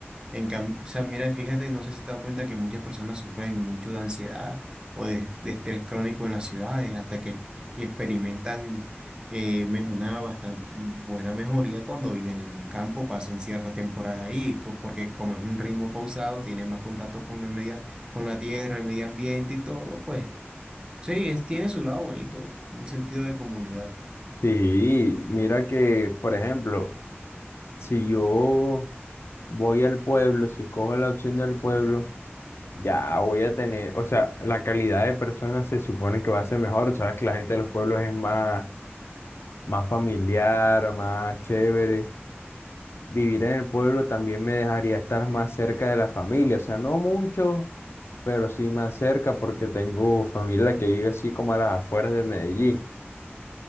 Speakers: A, on the right; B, on the left.
A: En cambio, o sea, mira, fíjate, no sé si te has dado cuenta que muchas personas sufren mucho de ansiedad o de, de estrés crónico en las ciudades hasta que y experimentan eh, me- una bastante buena mejoría cuando viven en el campo, pasan cierta temporada ahí, co- porque como es un ritmo pausado, tienen más contacto con el medio, con la tierra, el medio ambiente y todo, pues sí, es, tiene su lado bonito, un sentido de comunidad
B: sí, mira que, por ejemplo, si yo voy al pueblo, si cojo la opción del pueblo, ya voy a tener, o sea, la calidad de personas se supone que va a ser mejor, sabes que la gente de los pueblos es más, más familiar, más chévere. vivir en el pueblo también me dejaría estar más cerca de la familia, o sea, no mucho, pero sí más cerca porque tengo familia que vive así como a las afueras de Medellín.